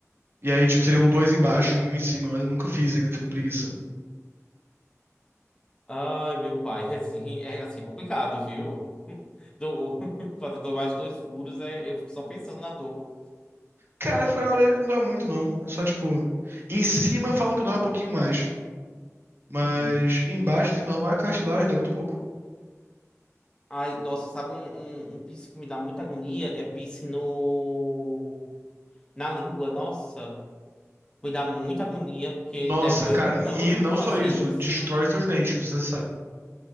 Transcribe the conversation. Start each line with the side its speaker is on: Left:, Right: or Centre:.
Right: E aí, tipo, seriam dois embaixo e um em cima, mas eu nunca fiz ainda, fico com preguiça.
Left: Ai, meu pai, é assim, é assim, é complicado, viu? <laughs> Do, <laughs> fazer mais dois furos, é, eu fico só pensando na dor.
Right: Cara, furar a orelha não dói muito, não. É só, tipo, em cima falam que dói um pouquinho mais. Mas
Left: Uhum.
Right: embaixo, assim, normal é cartilagem, dói muito pouco.
Left: Ai, nossa, sabe um, um, um piercing que me dá muita agonia? É piercing no... na língua, nossa. Me dá muita agonia, porque
Right: Nossa,
Left: deve doer
Right: cara, e
Left: tanto
Right: não
Left: pra fazer
Right: só isso,
Left: isso.
Right: destrói seus dentes, não sei se você sabe.